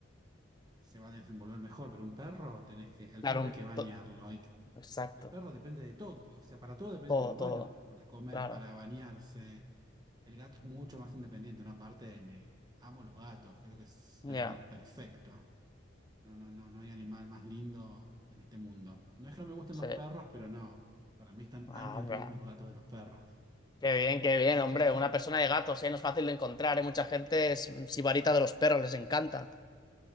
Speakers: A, on the right (about 20°); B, on the left (about 20°).
A: se va a desenvolver mejor, pero un perro tenés que, el
B: Claro,
A: perro hay
B: un
A: que bañarlo,
B: to-
A: hay
B: exacto,
A: El perro depende de todo, o sea, para todo depende
B: todo,
A: del humano,
B: todo,
A: para comer,
B: claro,
A: para bañarse. El gato es mucho más independiente, ¿no? Aparte, me amo los gatos, creo que es
B: ya.
A: un animal perfecto. No, no, no, no hay animal más lindo en este mundo. No es que no me gusten
B: Sí.
A: los perros, pero no. Para mí están
B: Ah,
A: años
B: hombre.
A: luz los gatos de los perros.
B: Qué bien, qué bien,
A: Viste
B: hombre.
A: que hay gente,
B: Una persona de gatos, ¿eh? No es fácil de encontrar, ¿eh? Mucha gente es sibarita de los perros, les encanta.